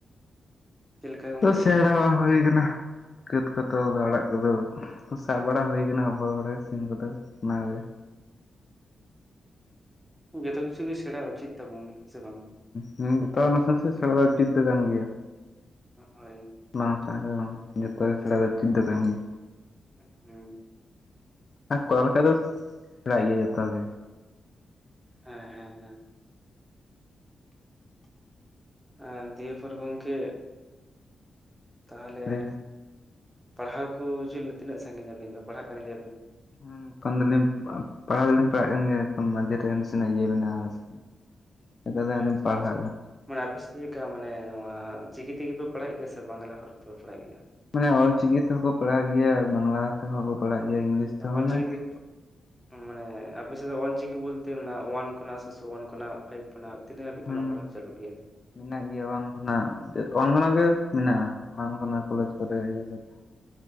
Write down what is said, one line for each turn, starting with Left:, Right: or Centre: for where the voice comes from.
Centre: ᱪᱮᱫ ᱞᱮᱠᱟ ᱜᱚᱝᱠᱮ
Left: ᱛᱚ ᱥᱮᱲᱟ ᱦᱩᱭ ᱠᱟᱱᱟ᱾ ᱠᱷᱟᱹᱫᱽ ᱠᱚ ᱛᱚᱞ ᱫᱚ ᱟᱲᱟᱜ ᱠᱚᱫᱚ ᱥᱟᱵ ᱵᱟᱲᱟ ᱦᱩᱭ ᱠᱟᱱᱟ ᱦᱚᱵᱚᱨ ᱵᱟᱲᱟ ᱥᱤᱢ ᱠᱚᱫᱚ ᱚᱱᱟᱜᱮ
Centre: ᱦᱩᱸ ᱡᱷᱚᱛᱚ ᱠᱤᱪᱷᱩ ᱜᱮ ᱥᱮᱬᱟ ᱩᱪᱤᱛ ᱛᱟᱵᱚᱱ ᱦᱮᱸᱥᱮ ᱵᱟᱝ?
Left: ᱦᱩᱸ ᱡᱚᱛᱚᱣᱟᱜ ᱱᱟᱥᱮ ᱱᱟᱥᱮ ᱥᱮᱲᱟ ᱫᱚ ᱩᱪᱤᱫ ᱫᱚ ᱠᱟᱱ ᱜᱮᱭᱟ᱾
Centre: ᱦᱳᱭ᱾
Left: <unintelligible> ᱡᱷᱚᱛᱚ ᱜᱮ ᱥᱮᱬᱟ ᱫᱚ ᱩᱪᱤᱫ ᱫᱚ ᱠᱟᱱ ᱜᱮᱭᱟ᱾
Centre: ᱩᱸᱜ ᱩᱸ᱾
Left: ᱟᱨ ᱠᱚᱨᱟᱣ ᱞᱮᱠᱟ ᱫᱚ ᱥᱮᱬᱟᱭ ᱜᱮᱭᱟ ᱡᱷᱚᱛᱚ ᱜᱮ᱾
Centre: ᱦᱮᱸ ᱦᱮᱸ ᱦᱮᱸ᱾ ᱟᱸ ᱫᱤᱭᱮ ᱯᱚᱨ ᱜᱚᱢᱠᱮ ᱛᱟᱦᱚᱞᱮ
Left: ᱞᱟᱹᱭ ᱵᱮᱱ
Centre: ᱯᱟᱲᱦᱟᱣ ᱠᱚ ᱪᱮᱫ ᱛᱤᱱᱟᱹᱜ ᱥᱟᱺᱜᱤᱧ ᱟᱵᱤᱱ ᱫᱚ ᱯᱟᱲᱦᱟᱜ ᱠᱟᱱ ᱜᱮᱭᱟ ᱵᱤᱱ?
Left: ᱦᱮᱸ ᱮᱠᱷᱟᱱ ᱫᱚᱞᱤᱧ ᱯᱟᱲᱦᱟᱣ ᱫᱚᱞᱤᱧ ᱯᱟᱲᱦᱟᱜ ᱠᱟᱱ ᱜᱮᱭᱟ ᱢᱟᱡᱷᱮ ᱥᱮᱱᱟᱜ ᱤᱭᱟᱹ ᱢᱮᱱᱟᱜᱼᱟ <inaudible>
Centre: ᱟᱪᱪᱷᱟ
Left: ᱯᱟᱲᱦᱟᱜ
Centre: ᱟᱪᱪᱷᱟ᱾
Left: ᱠᱟᱱᱟ
Centre: ᱢᱟᱱᱮ ᱟᱯᱮ ᱥᱮᱫ ᱪᱮᱫ ᱞᱮᱠᱟ ᱢᱟᱱᱮ ᱱᱚᱣᱟ ᱪᱤᱠᱤ ᱛᱮᱜᱮ ᱯᱮ ᱯᱟᱲᱦᱟᱜ ᱜᱮᱭᱟ ᱥᱮ ᱵᱟᱝᱞᱟ ᱦᱚᱨ ᱛᱮᱯᱮ ᱯᱟᱲᱦᱟᱜ ᱜᱮᱭᱟ?
Left: ᱢᱟᱱᱮ ᱚᱞᱪᱤᱠᱤ ᱛᱮᱦᱚᱸ ᱠᱚ ᱯᱟᱲᱦᱟᱜ ᱜᱮᱭᱟ, ᱵᱟᱝᱞᱟ ᱛᱮᱦᱚᱸ ᱠᱚ ᱯᱟᱲᱦᱟᱜ ᱜᱮᱭᱟ, ᱤᱝᱞᱤᱥ ᱛᱮᱦᱚᱸ
Centre: ᱚᱞᱪᱤᱠᱤ
Left: ᱢᱟᱱᱮ
Centre: ᱛᱮᱠᱩ ᱢᱟᱱᱮ ᱟᱯᱮ ᱥᱮᱫ ᱫᱚ ᱚᱞᱪᱤᱠᱤ ᱵᱚᱞᱛᱮ ᱚᱣᱟᱱ ᱠᱷᱚᱱᱟᱜ ᱥᱚᱥᱚ ᱭᱟᱱ ᱠᱷᱚᱱᱟᱜ ᱯᱷᱟᱭᱤᱵ ᱠᱷᱚᱱᱟᱜ ᱛᱤᱱᱟᱹᱜ ᱦᱟᱵᱤᱡ
Left: ᱦᱩᱸ
Centre: ᱠᱷᱚᱱᱟᱜ ᱯᱟᱲᱦᱟᱣ ᱪᱟᱞᱩᱜ ᱜᱮᱭᱟ?
Left: ᱢᱮᱱᱟᱜ ᱜᱮᱭᱟ ᱚᱣᱟᱱ ᱠᱷᱚᱱᱟᱜ ᱚᱣᱟᱱ ᱠᱷᱚᱱᱟᱜ ᱜᱮ ᱢᱮᱱᱟᱜᱼᱟ ᱚᱣᱟᱱ ᱠᱷᱚᱱᱟᱜ ᱠᱚᱞᱮᱡᱽ ᱠᱚᱨᱮ ᱤᱭᱟᱹ ᱠᱚᱨᱮ <inaudible>